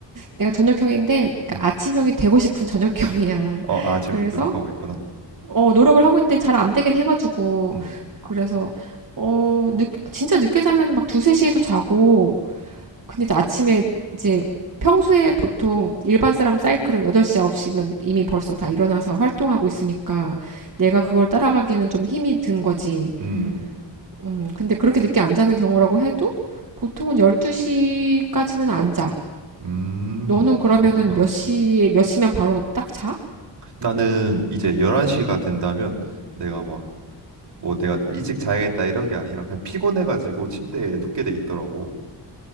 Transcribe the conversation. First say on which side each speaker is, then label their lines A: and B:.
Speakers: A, on the right (about 45°); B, on the right (about 65°).
A: 내가 저녁형인데 그러니까
B: 음.
A: 아침형이 되고 싶은 저녁형이야.
B: 어,
A: <laughs>
B: 아, 지금
A: 그래서
B: 노력하고 있구나.
A: 어 노력을 하고 있는데 잘 안 되긴 해 가지고
B: 음,
A: 그래서 어 늦, 진짜 늦게 자면은 막 두세 시에도 자고 근데 아침에 이제 평소에 보통 일반 사람 사이클은 8시, 9시면 이미 벌써 다 일어나서 활동하고 있으니까 내가 그걸 따라가기에는 좀 힘이 든 거지.
B: 음,
A: 음, 근데 그렇게 늦게 안 자는 경우라고 해도 보통은 12시까지는 안 자.
B: 음,
A: 너는 그러면은
B: 그렇구나.
A: 몇 시에, 몇 시면 바로 딱 자?
B: 나는 이제 11시가 된다면 내가 막, 뭐 내가 일찍 자야겠다 이런 게 아니라 그냥 피곤해가지고 침대에 눕게 돼 있더라고.